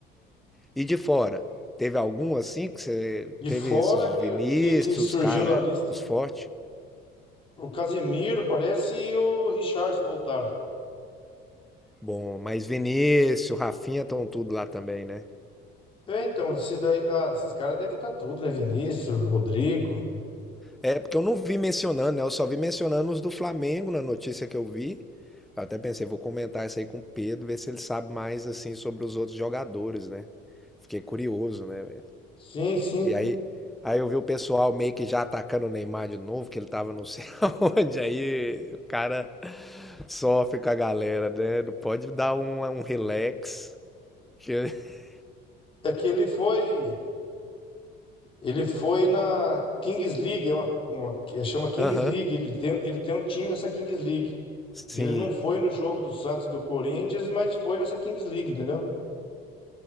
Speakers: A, in the centre; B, on the left.
A: E de fora? Teve algum assim que você
B: De
A: teve
B: fora
A: esses os
B: que,
A: Vinícius,
B: que, que surgiu
A: os cara,
B: na lista
A: os fortes?
B: o Casimiro, parece, e o Richarlison voltaram.
A: Bom, mas Vinícius, Rafinha estão tudo lá também, né?
B: É, então, esse daí, ah, esses caras devem estar tudo, né? Vinícius, Rodrigo.
A: É, porque eu não vi mencionando, né? Eu só vi mencionando os do Flamengo na notícia que eu vi. Eu até pensei, vou comentar isso aí com o Pedro, ver se ele sabe mais assim sobre os outros jogadores, né? Fiquei curioso, né, velho?
B: Sim, sim.
A: E aí, aí eu vi o pessoal meio que já atacando o Neymar de novo, que ele tava não sei <laughs> aonde. Aí o cara sofre com a galera, né? Não pode dar um, um relax. Que... <laughs>
B: É que ele foi, ele foi na Kings League, é uma, uma- que chama Kings
A: Aham,
B: League. Ele tem, ele tem um time nessa Kings League.
A: sim.
B: E ele não foi no jogo do Santos e do Corinthians, mas foi nessa Kings League, entendeu?